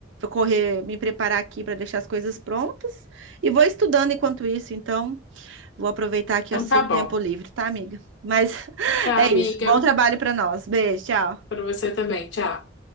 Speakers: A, on the right (about 75°); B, on the left (about 65°).
A: correr, me preparar aqui para deixar as coisas prontas e vou estudando enquanto isso, então. Vou aproveitar aqui
B: Então
A: esse
B: tá
A: tempo
B: bom.
A: livre, tá, amiga? Mas <laughs>
B: Tchau,
A: é
B: amiga.
A: isso. Bom trabalho para nós. Beijo, tchau.
B: para você também. Tchau.